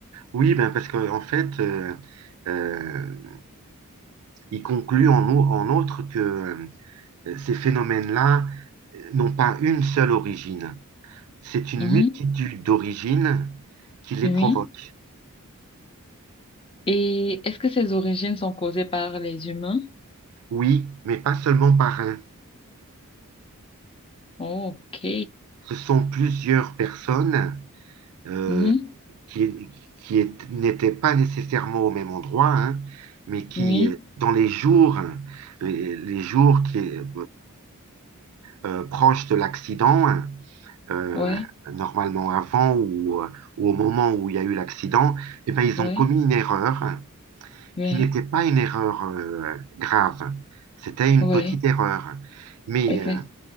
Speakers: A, on the right; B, on the left.
A: oui, ben parce que en fait, euh, euh, Il conclut en, au- en outre que euh, ces phénomènes-là euh, n'ont pas une seule origine. C'est une
B: Mhm.
A: multitude d'origines qui les
B: Oui.
A: provoquent.
B: Et est-ce que ces origines sont causées par les humains?
A: Oui, mais pas seulement par un.
B: Ok.
A: Ce sont plusieurs personnes euh,
B: Mhm.
A: qui, qui est- n'étaient pas nécessairement au même endroit, hein, mais qui,
B: Oui,
A: euh, dans les jours, hein, les, les jours qui, euh, euh, proches de l'accident, euh,
B: ouais,
A: normalement avant ou, euh, ou au moment où il y a eu l'accident, eh ben, ils
B: ouais,
A: ont commis une erreur
B: ouais,
A: qui n'était pas une erreur euh, grave. C'était une
B: ouais,
A: petite erreur. Mais,
B: exact.
A: euh,